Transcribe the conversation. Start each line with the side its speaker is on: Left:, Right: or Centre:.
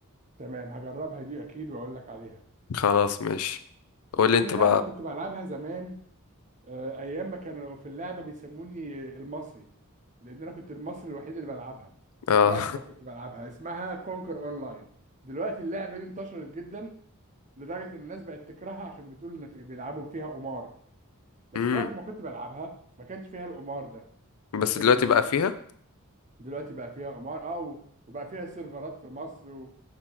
Right: تمام هجربها دي اكيد واقول لك عليها
Left: خلاص ماشي قول لي
Right: في
Left: انت
Right: لعبه
Left: بقى
Right: كنت بلعبها زمان آه، ايام ما كانوا في اللعبه بيسموني المصري لان انا كنت المصري الوحيد اللي بلعبها
Left: اه
Right: وقت
Left: <laughs>
Right: ما كنت بلعبها اسمها كونكر اونلاين دلوقتي اللعبه دي انتشرت جدا لدرجه ان الناس بقت تكرهها عشان بتقول ان في بيلعبوا فيها قمار بس
Left: امم
Right: وقت ما كنت بلعبها ما كانش فيها القمار ده
Left: بس
Right: لكن
Left: دلوقتي بقى فيها
Right: دلوقتي بقى فيها قمار اه و- وبقى فيها سيرفرات في مصر و...